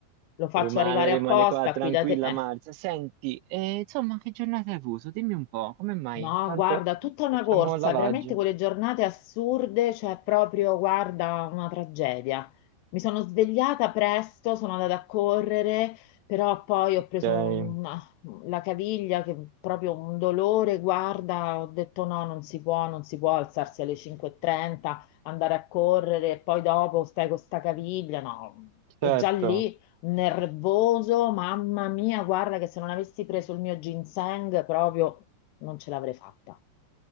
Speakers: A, on the left; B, on the right.
A: lo faccio
B: Rimane,
A: arrivare
B: rimane
A: apposta
B: qua tranquilla
A: qui da te. eh.
B: Marzia. Senti, eh, insomma, che giornata hai avuto? Dimmi un po', come mai?
A: No,
B: Tanto
A: guarda, tutta una
B: facciamo
A: corsa,
B: il lavaggio.
A: veramente quelle giornate assurde, cioè proprio, guarda, una tragedia. Mi sono svegliata presto, sono andata a correre, però poi
B: Ok,
A: ho preso una- la caviglia che proprio un dolore, guarda, ho detto no, non si può, non si può alzarsi alle 5.30, andare a correre e poi dopo stai con sta caviglia, no. E
B: certo.
A: già lì nervoso, mamma mia, guarda che se non avessi preso il mio ginseng proprio non ce l'avrei fatta.